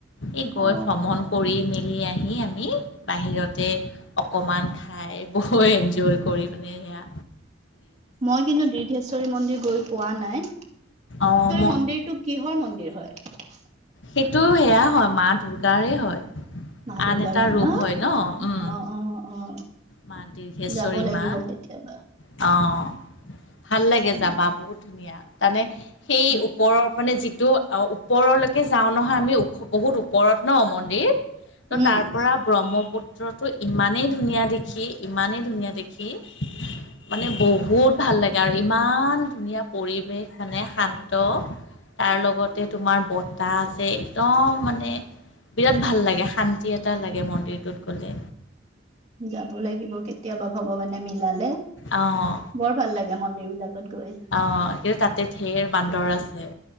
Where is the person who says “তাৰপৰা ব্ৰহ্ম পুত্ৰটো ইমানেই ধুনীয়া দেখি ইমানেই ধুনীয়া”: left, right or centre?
Left